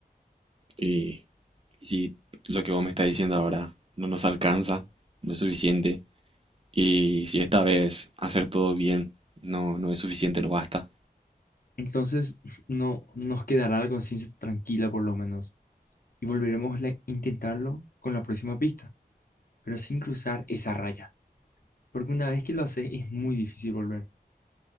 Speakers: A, on the right; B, on the left.
A: Y si lo que vos me estás diciendo ahora no nos alcanza, no es suficiente, Y si esta vez hacer todo bien no, no es suficiente, no basta.
B: Entonces, <laughs> no nos quedará la conciencia tranquila por lo menos y volveremos a intentarlo con la próxima pista, pero sin cruzar esa raya, porque una vez que lo haces es muy difícil volver.